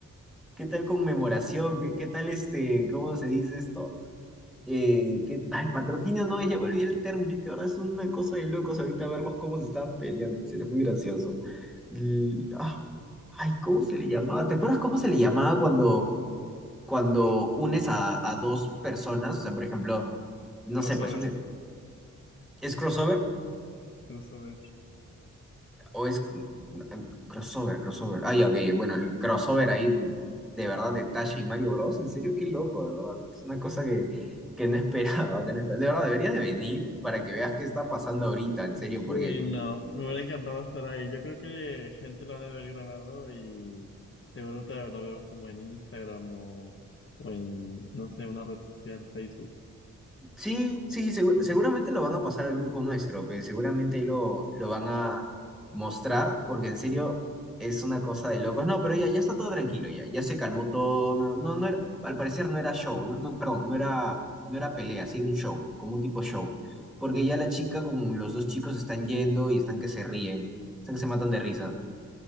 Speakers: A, in the centre; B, on the left (about 40°).
A: qué tal conmemoración, qué, qué tal este, ¿cómo se dice esto? Eh, qué- ay, patrocinio no es, ya me olvidé el término, es que ahora es una cosa de locos ahorita verlos cómo se están peleando, en serio, es muy gracioso. L- ah, ay, ¿cómo se le llamaba? ¿Te acuerdas cómo se le llamaba cuando, cuando unes a, a dos personas? O sea, por ejemplo, no
B: Crossover,
A: sé, pues un, es crossover
B: crossover.
A: o es crossover, crossover. Ay, ok, bueno, el crossover ahí de verdad de Tasha y Mario Bros. En serio, qué loco, de verdad. Es una cosa que, que no esperaba, que no esperaba. De verdad, deberías de venir para que veas qué está pasando ahorita, en serio,
B: Sí,
A: porque
B: no, me hubiera encantado estar ahí. Yo creo que gente lo ha de haber grabado y seguro te lo veo como en Instagram o, o en, no sé, una red social, Facebook.
A: Sí, sí, segu- seguramente lo van a pasar al grupo nuestro, que seguramente ahí lo, lo van a mostrar, porque en serio es una cosa de locos. No, pero ya, ya está todo tranquilo, ya, ya se calmó todo, no, no, no era- al parecer no era show, no, no, perdón, no era, no era pelea, sí era un show, como un tipo show, porque ya la chica con los dos chicos están yendo y están que se ríen, están que se matan de risa.